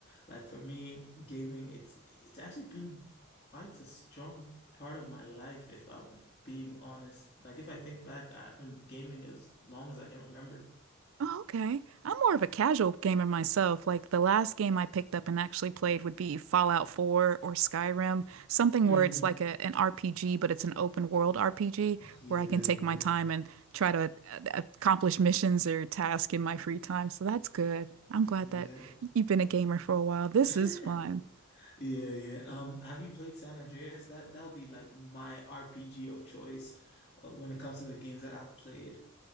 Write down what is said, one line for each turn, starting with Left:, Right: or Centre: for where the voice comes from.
Left: like for me, gaming, it's it's actually been quite a strong part of my life, if I'm being honest. Like if I think back, I've been gaming as long as I can remember.
Right: Oh, okay. I'm more of a casual gamer myself. Like the last game I picked up and actually played would be Fallout 4 or Skyrim, something
Left: Mm.
Right: where it's like a, an RPG, but it's an open world RPG
Left: Yeah,
Right: where I can take
Left: yeah.
Right: my time and try to uh, accomplish missions or tasks in my free time. So that's good. I'm glad
Left: Yeah,
Right: that you've been a gamer for a while. This
Left: <laughs>
Right: is fun.
Left: Yeah, yeah. Um, have you played San Andreas? That that would be like my RPG of choice uh, when it comes to the games that I've played.